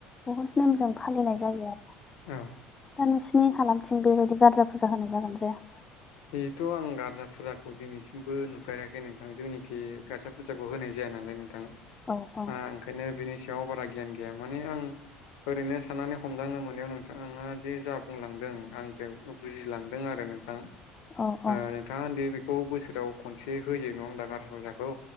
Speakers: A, on the left; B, on the left.
A: बहुद नेमजों फालिनाय जायो आरो। दा
B: औ
A: नोंसिनि हालामथिं बेबायदि गारजा फुजा होनाय जागोन जाया?
B: बेथ' आं गारजा फुजाखौ दिनैसिमबो नुफेराखै नोंथां जोंनिखि गार्जा फुजाखौ होनाय जाया। <unintelligible> ओ नोंथां ओंखायनो
A: औ औ
B: बिनि सायाव बारा गियान गैया माने आं ओरैनो साननानै हमदांनो मोननायाव नोंथाङा दि जा बुंलांदों आं जे बुजिलांदों आरो। नोंथां
A: औ औ
B: ओ नोंथाङा ओन्दि बेखौ बोसोराव खनसे होयो नङा होमबा गारजा फुजाखौ?